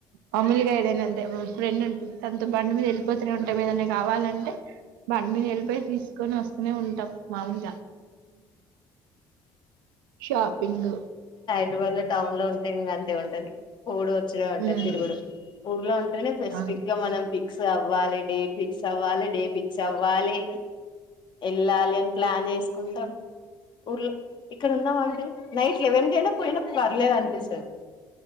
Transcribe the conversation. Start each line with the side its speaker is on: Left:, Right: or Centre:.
Right: మామూలుగా ఏదైనా అంతే ఫ్రెండ్ ఉంటుంది తనతో బండి మీద వెళ్ళిపోతూనే ఉంటాం ఏదైనా కావాలంటే బండిమీద వెళ్ళిపోయి తీసుకొని వస్తూనే ఉంటాం మాములుగా షాపింగ్
Left: హబాద్ లో టౌన్ లో ఉంటే ఇంకా అంతే ఉంటది పోడు వచ్చుడు ఉంటాయి
Right: ఉమ్
Left: తిరుగుడు ఊర్లో ఉంటేనే స్పెసిఫిక్
Right: ఆ
Left: గా మనం పి ఫిక్స్ అవ్వాలి డేట్ ఫిక్స్ అవ్వాలి డే ఫిక్స్ అవ్వాలి ఎళ్ళాలి ప్లాన్ జేసుకుంటాం ఊర్లో ఇక్కడ ఉందాం అంటే నైట్ లెవెన్ కైనా పోయినా పర్లేదు అనిపిస్తాది